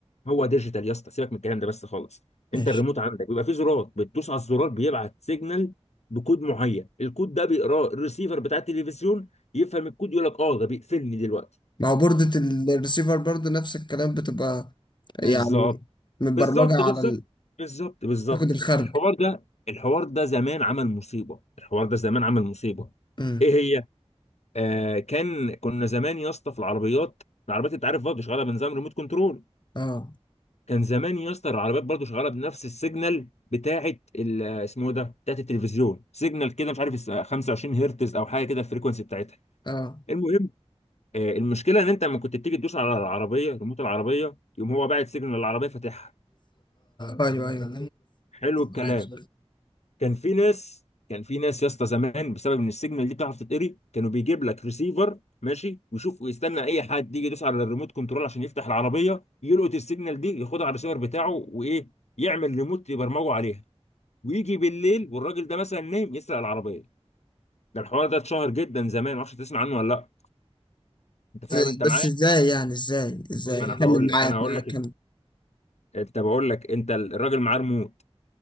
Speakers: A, on the left; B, on the left.
A: هو ديجيتال يا اسطى سيبك من الكلام ده بس خالص
B: ماشي
A: انت الريموت عندك بيبقى فيه زرار بتدوس على الزرار بيبعت سيجنال بكود معين الكود ده بيقراه الريسيفر بتاع التلفزيون يفهم الكود يقول لك اه ده بيقفلني دلوقتي
B: ما هو بوردة الريسيفر برضه نفس الكلام بتبقى
A: بالظبط
B: يعني متبرمجه
A: بالظبط
B: على
A: بالظبط
B: ال-
A: بالظبط بالظبط
B: تاخد الخرج
A: الحوار ده الحوار ده زمان عمل مصيبه الحوار ده زمان عمل مصيبه
B: امم
A: ايه هي آه كان كنا زمان يا اسطى في العربيات العربيات انت عارف برضه شغاله بنظام ريموت كنترول
B: اه
A: كان زمان يا اسطى العربيات برضه شغاله بنفس السيجنال بتاعه ال- اسمه ده بتاعه التلفزيون سيجنال كده مش عارف الس- 25 هرتز او حاجه كده الفريكونسي بتاعتها
B: اه
A: المهم آه، المشكله ان انت لما كنت بتيجي تدوس على العربيه ريموت العربيه يقوم هو باعت سيجنال العربيه فاتحها
B: ايوه ايوه
A: حلو الكلام
B: عارف
A: كان في ناس كان في ناس يا اسطى زمان بسبب ان السيجنال دي بتعرف تتقري كانوا بيجيب لك ريسيفر ماشي ويشوف ويستنى اي حد يجي يدوس على الريموت كنترول عشان يفتح العربيه يلقط السيجنال دي ياخدها على الريسيفر بتاعه وايه يعمل ريموت يبرمجه عليها ويجي بالليل والراجل ده مثلا نايم يسرق العربيه ده الحوار ده اتشهر جدا زمان معرفش تسمع عنه ولا لا انت فاهم
B: إزاي-
A: انت معايا
B: بس ازاي يعني ازاي ازاي
A: ما انا
B: كمل
A: هقول لك
B: معاك
A: انا هقول
B: معاك
A: لك
B: كمل
A: إيه. انت بقول لك انت الراجل معاه ريموت